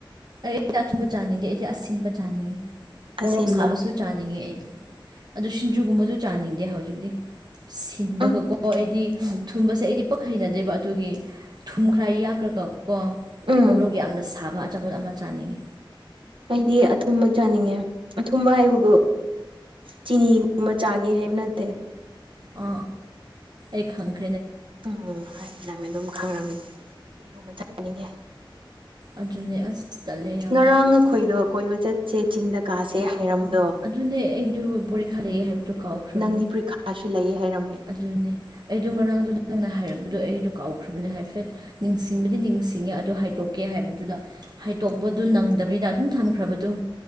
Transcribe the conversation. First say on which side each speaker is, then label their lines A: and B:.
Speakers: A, on the right; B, on the right.
A: ꯑꯩ ꯑꯩꯗꯤ ꯑꯆꯨꯝꯕ ꯆꯥꯅꯤꯡꯗꯦ ꯑꯩꯗꯤ ꯑꯁꯤꯟꯕ ꯆꯥꯅꯤꯡꯌꯦ
B: ꯑꯁꯤꯟꯕ
A: ꯑꯣꯣꯔꯣꯛ ꯁꯥꯕꯁꯨ ꯆꯥꯅꯤꯡꯉꯦ ꯑꯩꯗꯤ ꯑꯗꯨ ꯁꯤꯡꯖꯨꯒꯨꯝꯕꯗꯨ ꯆꯥꯅꯤꯡꯗꯦ ꯍꯧꯖꯤꯛꯇꯤ ꯁꯤꯟꯕꯒꯀꯣ
B: ꯎꯝ
A: ꯑꯩꯗꯤ
B: ꯎꯝ
A: ꯊꯨꯝꯕꯁꯦ ꯑꯩꯗꯤ ꯄꯄ ꯍꯩꯅꯗꯦꯕ ꯑꯗꯨꯒꯤ ꯊꯨꯝꯈ꯭ꯔꯥꯏ ꯌꯥꯛꯈ꯭ꯔꯒ ꯀꯣ
B: ꯎꯝ
A: ꯃꯣꯔꯣꯛ ꯌꯥꯝꯅ ꯁꯥꯕ ꯆꯄꯣꯠ ꯑꯃ ꯆꯥꯅꯤꯡꯉꯤ
B: ꯑꯩꯗꯤ ꯑꯊꯨꯝꯕ ꯆꯥꯅꯤꯡꯉꯦ ꯑꯊꯨꯝꯕ ꯍꯥꯏꯕꯕꯨ ꯆꯤꯅꯤꯒꯨꯝꯕ ꯆꯥꯒꯦ ꯍꯥꯏꯕ ꯅꯠꯇꯦ
A: ꯑ ꯑꯦ ꯍꯪꯀ
B: ꯎꯝ ꯅꯪꯅ ꯑꯗꯨꯝ ꯈꯪꯔꯝꯅꯤ ꯑꯗꯨꯒꯨꯝꯕ ꯊꯅꯤꯡꯉꯦ
A: ꯑꯗꯨꯅꯦ ꯑꯁ ꯆꯠꯂꯦ ꯌꯥꯝ
B: ꯉꯔꯥꯡ ꯑꯩꯈꯣꯏꯗꯣ ꯀꯣꯏꯕ ꯆꯠꯁꯦ ꯆꯤꯡꯗ ꯀꯥꯁꯦ ꯍꯥꯏꯔꯝꯕ
A: ꯑꯗꯨꯅꯦ ꯑꯩꯗꯨ ꯄꯕꯣꯔꯤꯈꯥ ꯂꯩꯌꯦ ꯍꯥꯏꯕꯗꯣ ꯀꯥꯎꯈ꯭ꯔꯥꯕꯅꯦ
B: ꯅꯪꯒꯤ ꯄꯔꯤꯈꯥꯁꯨ ꯂꯩꯌꯦ ꯍꯥꯏꯔꯝꯃꯦ
A: ꯑꯗꯨꯅꯦ ꯑꯩꯗꯣ ꯉꯔꯥꯡꯗꯨ ꯅꯪꯅ ꯍꯥꯏꯔꯛꯄꯗꯣ ꯑꯩꯗꯣ ꯀꯥꯎꯈ꯭ꯔꯕꯅꯦ ꯍꯥꯏꯐꯦꯠ ꯅꯤꯡꯁꯤꯡꯕꯗꯤ ꯅꯤꯡꯁꯤꯡꯉꯦ ꯑꯗꯣ ꯍꯥꯏꯗꯣꯛꯀꯦ ꯍꯥꯏꯕꯗꯨꯗ ꯍꯩꯇꯣꯛꯄꯗꯨ ꯅꯪꯗꯕꯤꯗ ꯑꯗꯨꯝ ꯊꯝꯈ꯭ꯔꯕꯗꯨꯣ